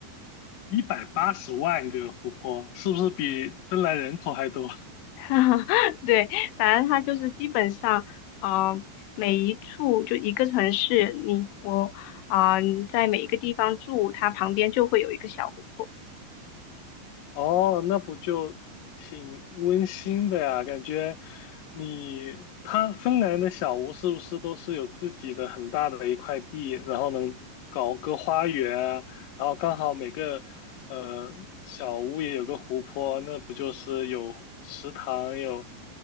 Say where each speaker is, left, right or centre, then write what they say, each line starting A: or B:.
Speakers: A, on the left (about 55°); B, on the left (about 85°).
A: 一百八十万个湖泊，是不是比芬兰人口还多？
B: <laughs> 对，反正它就是基本上，嗯、每一处就一个城市，你我啊、你在每一个地方住，它旁边就会有一个小湖泊。
A: 哦，那不就挺温馨的呀？感觉你，他芬兰的小屋是不是都是有自己的很大的一块地，然后能搞个花园啊，然后刚好每个呃小屋也有个湖泊，那不就是有食堂，有